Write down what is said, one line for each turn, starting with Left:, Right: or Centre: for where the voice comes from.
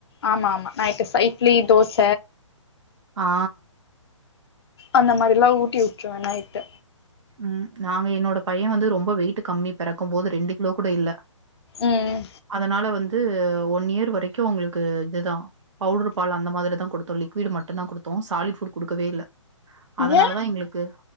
Left: ஆமா ஆமா நைட்டு ச இட்லி தோச
Right: ஆ
Left: அந்த மாரிலா ஊட்டி விட்டுருவே நைட்டு
Right: ம் நாங்க என்னோட பைய வந்து ரொம்ப வெயிட் கம்மி பெறக்கும் போது ரெண்டு கிலோ கூட இல்ல
Left: ம்
Right: அதனால வந் து ஒன் இயர் வரைக்கோ அவுங்களுக்கு இதுதா‌ பவுட்ரு பாலு அந்த மாரி தா குடுத்தோ லிக்விட்‌ மட்டு தா குடுத்தோ சாலிட் ஃபுட் குடுக்கவே இல்ல அதனாலதா
Left: ஏ
Right: எங்களுக்கு